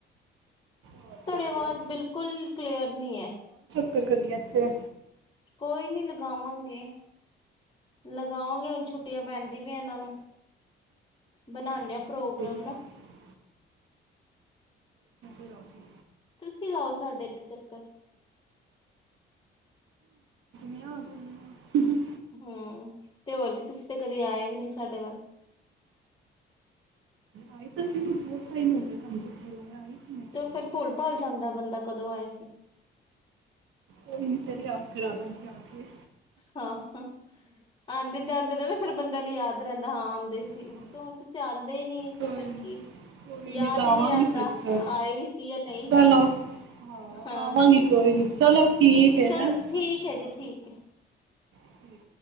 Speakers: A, on the right; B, on the left.
A: ਹੋਰ
B: ਤੁਹਾਡੀੇ
A: ਦੱਸੋ
B: ਆਵਾਜ਼ ਬਿਲਕੁਲ ਕਲੀਅਰ ਕਰਨਨੀ ਹੈ
A: ੱਕਰ ਕਰਦੀੀ ਜਾਥੇ
B: ਕੋਈ ਨੀ ਲਗਾਵਾਂਗੇ ਲਗਾਵਾਂਗੇ ਹੁਣ ਛੁੱਟੀਆਂ ਪੈਂਦੀ ਪ ਇਹਨਾਂ ਨੂੰ ਬਨਾਾਨੇ ਆ
A: ਅੱਛਾ
B: ਪ੍ਰੋਗਰਾਮ
A: ਕੋਈ ਨਹੀਂ ਆ
B: ਨਾ
A: ਜਾਓ ੀ
B: ਤੁਸੀਂ ਲਾਓ ਸਾਡੇ ਇੱਥੇ ਚੱਕਰ
A: ਮ ਚਦੀ ਹੀਆਂ
B: ਹਮ ਤੇ ਹੋਰ ਕੀ ਤੁਸੀਂ ਤੇ ਕਦੇ ਆਏ ਵੀ ਨੀ ਸਾਡੇ ਵੱਲ
A: ਆਏ ਤਸੇ ਮ ਬਹੁਤ ਟਾਈਮ ਹੋ ਗਿਆ ਸਮਝ ਕੋਲਾ ਆਈ ਸੀ ਮੈਂ ਇੱਕ
B: ਤੇ
A: ਵਾਰੀ।
B: ਫੇਿਰ ਭੁੱਲ ਭਾਲ ਜਾਂਦਾ ਬੰਦਾ ਕਦੋਂ ਆਏ ਸੀ
A: ਕੋਈ ਨੀ ਫ ਆ ਕਰਵਾਂਗੇ ਆ ਕੇ
B: ਹਾਂ ਆਉਂਦੇ ਜਾਂਦੇ ਰ ਨਾ ਫਿਰ ਬੰਦਾ ਨੂੰ ਯਾਦ ਰਹਿੰਦਾ ਹਾਂ ਆਉਂਦੇ ਸੀ
A: ਹਾਂ
B: ਤੇ ਹੁਣ ਤੁਸੀਂ ਆਉਂਦੇ ਹੀ ਨੀ
A: ਕੋਈ
B: ਤੇ ਫਿਰ
A: ਨੀ,
B: ਕੀ
A: ਕੋਈ
B: ਯਾਦ
A: ਨੀ ਲਾਵਾਂਗੀ
B: ਹੀ ਨਹੀਂੀ ਰਹਿੰਦਾ
A: ਚੱਕਰ
B: ਆਏ ਵੀ ਸੀ ਜਾਂ ਨਹੀਂ
A: ਚਲੋ ਹਾਂ
B: ਹਾਂ
A: ਆਵਾਂਗੀ ਕੋਈ ਨੀ ਚਲੋ ਠੀਕ ਹੈ
B: ਚਲੋ
A: ਹੈਂ ਸਤਿ
B: ਠੀਕ
A: ਸ਼੍ਰੀ
B: ਏ
A: ਅਕਾਲ
B: ਜੀ ਠੀਕ ਏ
A: ਠੀਕ